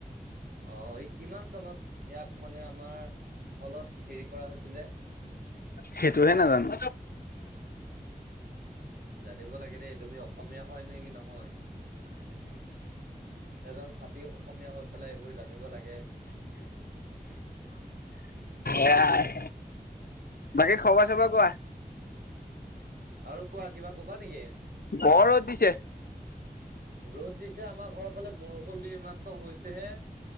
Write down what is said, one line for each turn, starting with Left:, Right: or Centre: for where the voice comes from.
Right: অ এই কিমান চনত ইয়াক মানে আমাৰ হলত হেৰি কৰা হৈছিলে।
Left: সেইটোহে নাজানো।
Right: জানিব লাগে দেই তুমি অসমীয়া হয় নে কি নহয়। এজন খাতিৰ অসমীয়া হৈ পেলাই এইবোৰ জানিব লাগে। <inaudible>
Left: এয়াাই বাকী খবৰ চবৰ কোৱা?
Right: আৰু কোৱা কিবা কবা নেকি?
Left: বৰ ৰদ দিছে।
Right: ৰ'দ দিছে আমাৰ ঘৰৰ ফালে বৰষুণ দি মাত্ৰ হৈছেহে